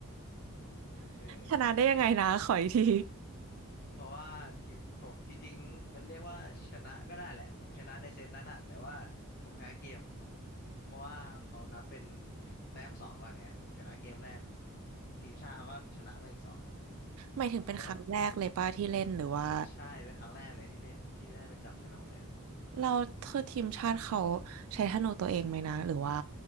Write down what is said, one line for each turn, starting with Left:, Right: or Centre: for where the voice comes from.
Left: เออ
Right: ชนะได้ยังไงนะขออีกที
Left: เพราะว่าทีมผมจริงๆมันเรียกว่าชนะก็ได้แหละผมชนะในเซตนั้นอะแต่ว่าผมแพ้เกมเพราะว่าเขานับเป็นถึงแต้มสองก่อนเนี่ยผมชนะเกมแรกทีมชาติเขาก็ชนะไปอีกสองอัน
Right: หมายถึงเป็นครั้งแรกเลยป้าที่เล่นหรือว่า
Left: แต่ว่าใช่เป็นครั้งแรกเลยที่เล่นที่ได้ไปจับธนูเลยอะ
Right: เราเธอทีมชาติเขาใช้ธนูตัวเองไหมนะหรือว่า